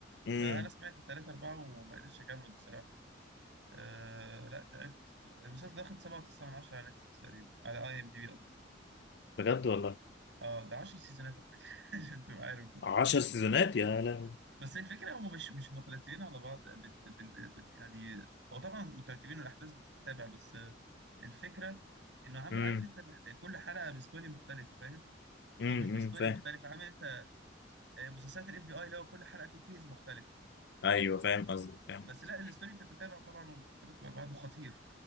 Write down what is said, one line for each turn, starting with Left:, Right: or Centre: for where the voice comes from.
Left: امم
Right: فانا سمعت التلاته اربعه وما قدرتش اكمل بصراحه أه لا تعبت المسلسل ده واخد سبعة وتسعة من عشرة على نتفليكس تقريبا على اي ام دي بي قصدي
Left: بجد والله
Right: اه ده 10 سيزونات على فكره <laughs> عشان تبقى عارف
Left: عشر سيزونات يا لهوي
Right: بس الفكره هم مش مش مترتبين على بعض بال بال بال يعني هو طبعا مترتبين والاحداث بتتتابع بس الفكره انه عامل
Left: امم
Right: عارف انت الح- كل حلقه بستوري مختلفه فاهم او
Left: امم
Right: مش بستوري
Left: امم فاهم
Right: مختلفه عامل انت آه، مسلسلات الاف بي اي لو كل حلقه فيه كيس مختلفه
Left: ايوه فاهم قصدك فاهم
Right: بس
Left: قصدك
Right: لا الستوري بتتتابع طبعا وبتترتب على بعض وخطير